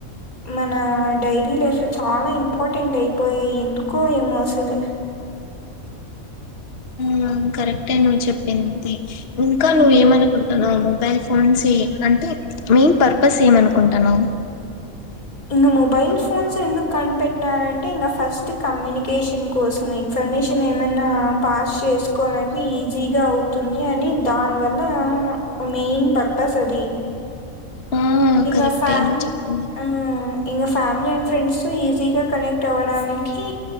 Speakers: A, on the left; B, on the left.
A: మన డైరీ లైఫ్ లో చాలా ఇంపార్టెంట్ అయిపోయాయి ఎందుకో ఏమో అసల్
B: హు కరెక్టే నువ్వు చెప్పింది ఇంకా
A: మ్మ్.
B: నువ్వు ఏమనుకున్ నాను మొబైల్ ఫోన్స్ ఏ అంటే మెయిన్ పర్పస్ ఏమ అనుకుంటన్నావ్
A: ఇంగా మొబైల్ ఫోన్స్ ఎందుకు కనిపెట్టినారంటే ఇంగా ఫస్ట్ కమ్యూనికేషన్ కోసమే ఇన్ఫర్మేషన్ ఏమైనా పాస్ చేసుకోలంటే ఈజీగా అవుతుంది అని దానివల్ల ఆ మెయిన్ పర్పస్ అది
B: ఆ
A: ఇంగా
B: కరెక్టే
A: ఫ్యామిలీ
B: నువ్వు చెప్పింది.
A: ఆ హు ఇంగా ఫ్యామిలీ అండ్ ఫ్రెండ్స్ ఈజీగా కనెక్ట్ అవ్వడానికి